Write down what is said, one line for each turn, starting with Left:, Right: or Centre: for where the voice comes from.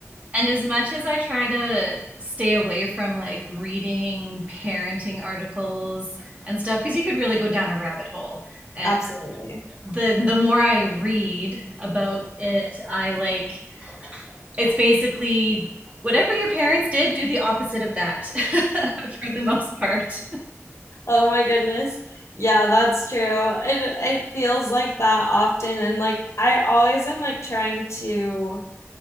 Right: And as much as I try to stay away from like reading parenting articles and stuff, because you could really go down a rabbit hole. And
Left: <laughs> Absolutely.
Right: the the more I read about it, I like it's basically whatever your parents did, do the opposite of that <laughs> for the most part.
Left: Oh my goodness. Yeah, that's true. It it feels like that often and like I always am like trying to